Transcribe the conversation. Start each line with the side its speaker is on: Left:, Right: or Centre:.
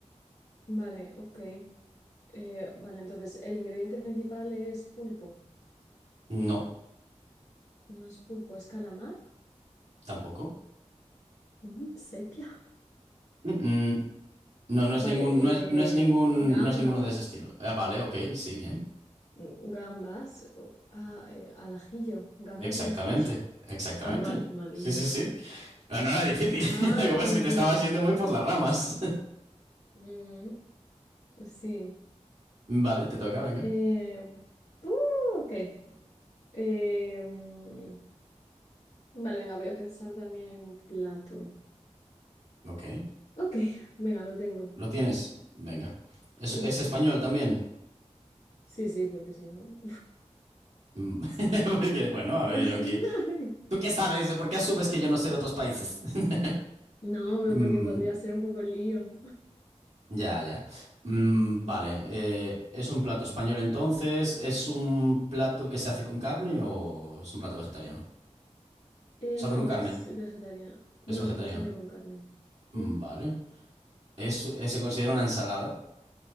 Left: Vale, ok. Eh, vale, entonces, el ingrediente principal es pulpo.
Right: No,
Left: No es pulpo, es calamar.
Right: tampoco.
Left: Mm, sepia.
Right: Mm, mm. No, no es
Left: Vale,
Right: ningún,
Left: eh,
Right: no es, no es ningún,
Left: gambas,
Right: no es ninguno de ese estilo. Ah, vale, ok, sí, bien.
Left: mm, gambas, o- ah, eh, al ajillo, gambas
Right: Exactamente,
Left: al ajillo. <laughs>
Right: exactamente.
Left: Ah, vale, madre
Right: Sí,
Left: mía.
Right: sí, sí. Pero no era difícil.
Left: Madre
Right: <laughs> Lo que pasa es
Left: mía.
Right: que te estabas yendo muy por las ramas.
Left: Mm, sí.
Right: <laughs> Vale, te toca, venga.
Left: Eh, buh, ok. Eh, mm, vale, venga, voy a pensar también en un plato.
Right: Ok.
Left: Ok, <laughs> venga, lo tengo.
Right: ¿Lo tienes? Venga. ¿Es,
Left: Sí,
Right: es español también?
Left: sí, sí, porque si no...
Right: Mm, <laughs> Porque, bueno, a ver,
Left: <laughs>
Right: yo aquí. ¿Tú qué sabes? ¿Por qué asumes que yo no sé de otros países? <laughs>
Left: No,
Right: Mm,
Left: porque podría ser un poco lío.
Right: ya, ya. Mm, vale. eh, ¿es un plato español entonces? ¿Es un plato que se hace con carne o es un plato vegetariano?
Left: Eh,
Right: Se
Left: no,
Right: hace con carne.
Left: es vegetariana. No,
Right: Es vegetariano.
Left: no se hace con carne.
Right: Mm,
Left: Mm,
Right: Vale. ¿Es, es- se considera una ensalada?